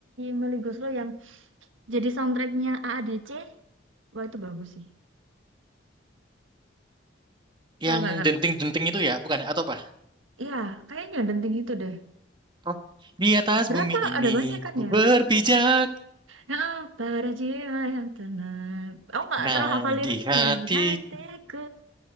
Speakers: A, on the right; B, on the right.
A: Melly Goeslaw yang jadi soundtracknya AADC. Wah itu bagus sih.
B: Yang
A: Tahu gak Kak?
B: denting-denting itu ya, bukan? ya? Atau apa?
A: Iya, kayaknya denting itu deh.
B: Oh, di atas
A: Berapa
B: bumi ini
A: ada banyak kan
B: ku
A: ya?
B: berpijak,
A: Oh, para jiwa yang tenang. Aku nggak
B: nang
A: terlalu hafal liriknya
B: di hatiku.
A: ya. Di hatiku.